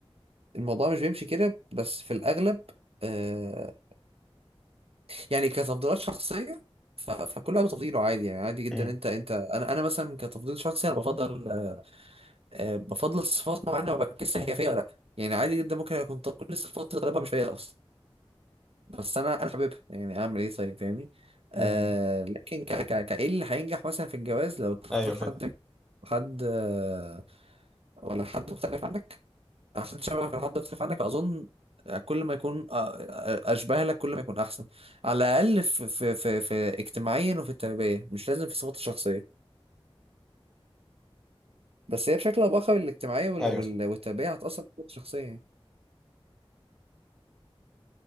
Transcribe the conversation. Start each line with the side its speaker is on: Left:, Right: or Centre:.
Right: الموضوع مش بيمشي كده بس في الأغلب آه يعني كتفضيلات شخصية ف- فكل واحد بتفضيله عادي يعني عادي جدا
Centre: امم
Right: انت انت انا انا مثلا كتفضيل شخصي انا بفضل آه آه، بفضل الصفات معينة ما بركزش هي فيا ولا لا يعني عادي جدا ممكن اكون طب كل الصفات اللي طالبها مش فيا اصلا بس انا انا حاببها يعني اعمل ايه طيب فاهمني آه
Centre: امم
Right: لكن ك ك ك ايه اللي هينجح مثلا في الجواز لو تختار
Centre: ايوه فاهم
Right: حد حد آه، ولا حد مختلف عنك عشان شبهك لحد يختلف عنك فاظن كل ما يكون أ- أ- اشبه لك كل ما يكون احسن على الاقل في في في, في اجتماعيا وفي التربيه مش لازم في صفات الشخصيه بس هي بشكل او باخر الاجتماعيه وال-
Centre: ايوه
Right: وال-
Centre: صح
Right: والتربيه هتاثر في صفات الشخصيه يعني